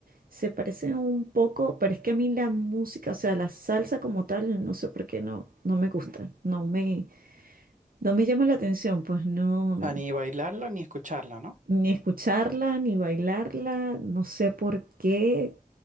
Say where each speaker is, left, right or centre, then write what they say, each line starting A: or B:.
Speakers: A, on the right; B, on the right.
A: se parecen un poco, pero es que a mí la música, o sea, la salsa como tal, no sé por qué no, no me gusta. No me, no me llama la atención, pues no,
B: O sea, ni bailarlo ni escucharlo, ¿no?
A: ni escucharla, ni bailarla, no sé por qué.